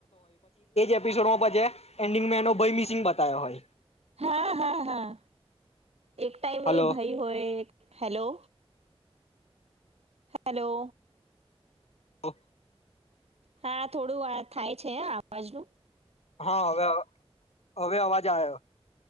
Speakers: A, on the left; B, on the right.
A: એપિસોડ એન્ડિંગમાં એનો ભય મિસિંગ બતાવયો હોય.
B: હા હા હા. એક ટાઈમ
A: હલો
B: એ ભાઈ હોય હેલો! હેલો!
A: ઓ
B: હા થોડું થાય છે, અવાજનું
A: હા હવે હવે અવાજ આયો.